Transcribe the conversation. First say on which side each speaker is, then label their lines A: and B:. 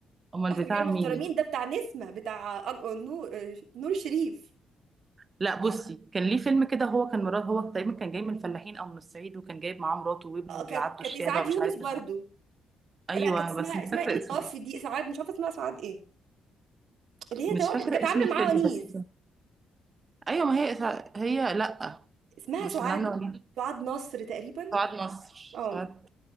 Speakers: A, on the right; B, on the right.
A: امال
B: اخر
A: بتاع
B: رجال
A: مين
B: محترمين ده بتاع نسمة بتاع أن- نور نور شريف
A: لا بصي كان ليه فيلم كده هو كان مراد هو تقريبا كان جاي من الفلاحين او من الصعيد وكان جايب معاه مراته وابنه
B: آه،
A: وبيعدوا
B: كانت كانت
A: الشارع
B: اسعاد
A: ومش
B: يونس
A: عارف
B: برضو
A: إيه. ايوه
B: لا كانت اسمها
A: بس مش
B: اسمها
A: فاكره
B: ايه اللي
A: اسمه
B: توفت
A: إيه.
B: دي سعاد مش عارفه اسمها سعاد ايه اللي هي
A: مش
B: توفت
A: فاكره
B: اللي كانت
A: اسم
B: عامله
A: الفيلم
B: معاه ونيس
A: بس ايوه ما هي هي لا
B: اسمها
A: مش
B: سعاد
A: اللي عامله وليد
B: سعاد نصر تقريبا
A: سعاد نصر
B: اه
A: سعاد